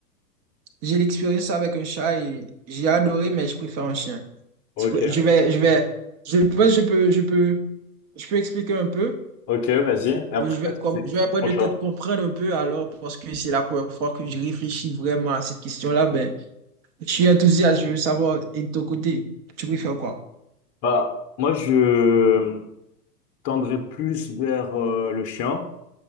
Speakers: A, on the right; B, on the left.
A: j'ai l'expérience avec un chat et j'ai adoré, mais je préfère un chien.
B: ok,
A: Je vais, je vais, je pense que je peux, je peux. Je peux expliquer un peu?
B: ok, vas-y. Et après,
A: Bon, Je vais,
B: vas-y,
A: com-
B: tu expliques
A: je vais prendre
B: mon
A: le
B: chat.
A: temps de comprendre un peu alors, parce que c'est la première fois que je réfléchis vraiment à cette question-là. Ben, je suis enthousiaste, je veux savoir, et de ton côté, tu préfères quoi?
B: Bah, moi, je tendrais plus vers euh, le chien.